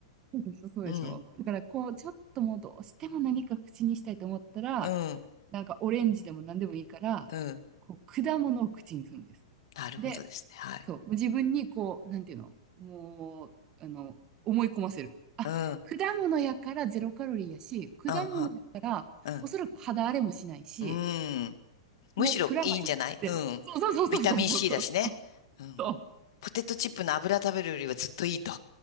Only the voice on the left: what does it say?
うん、
うん、
うん。
なるほどですね。
はい。
うん、うん、
は、うん、うん。むしろいいんじゃないうん。
ビタミン C だしね。うん。
ポテトチップの油食べるよりはずっといいと。